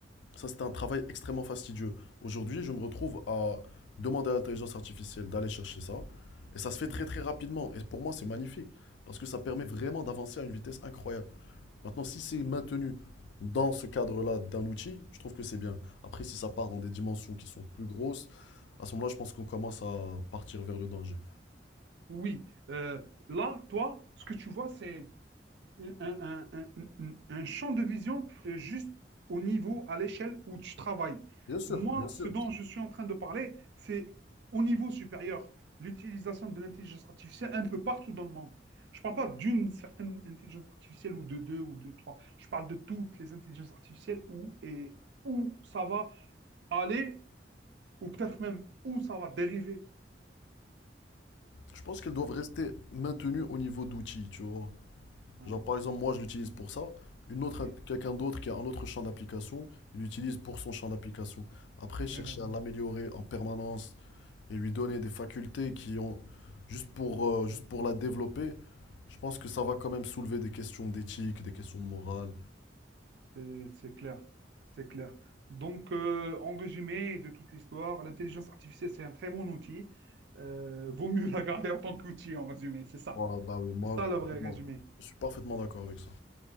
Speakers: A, on the left (about 75°); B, on the right (about 65°).
A: Ça, c'était un travail extrêmement fastidieux. Aujourd'hui, je me retrouve à demander à l'intelligence artificielle d'aller chercher ça, et ça se fait
B: mhm.
A: très très rapidement. Et pour moi, c'est magnifique, parce que ça permet vraiment d'avancer à une vitesse incroyable. Maintenant, si c'est maintenu dans ce cadre-là d'un outil, je trouve que c'est bien. Après, si ça part dans des dimensions qui sont plus grosses, à ce moment-là, je pense qu'on commence à partir vers le danger.
B: Oui, euh, là, toi, ce que tu vois, c'est un, un- un- un- un champ de vision euh, juste au niveau, à l'échelle où tu travailles.
A: Bien sûr,
B: Moi,
A: bien sûr.
B: ce dont je suis en train de parler, c'est au niveau supérieur, l'utilisation de l'intelligence artificielle un peu partout dans le monde. Je ne parle pas d'une certaine intelligence artificielle ou de deux ou de trois. Je parle de toutes les intelligences artificielles où et où ça va aller ou peut-être même où ça va dériver.
A: Je pense qu'elles doivent rester maintenues au niveau d'outils, tu vois.
B: Ouais,
A: Genre, par exemple, moi, je l'utilise pour ça. Une autre,
B: oui.
A: quelqu'un d'autre qui a un autre champ d'application, il l'utilise
B: Mm.
A: pour son champ d'application. Après, chercher
B: Mais voilà.
A: à l'améliorer en permanence et lui donner des facultés qui ont juste pour, euh, juste pour la développer, je pense que ça va quand même soulever des questions d'éthique, des questions de morale.
B: C'est c'est clair, c'est clair. Donc, euh, en résumé de toute l'histoire, l'intelligence artificielle, c'est un très bon outil. Euh, vaut mieux <laughs> la garder en tant qu'outil, en résumé, c'est ça.
A: Voilà, bah oui, moi,
B: C'est ça
A: je, suis
B: le
A: complètement-
B: vrai résumé.
A: je suis parfaitement d'accord avec ça.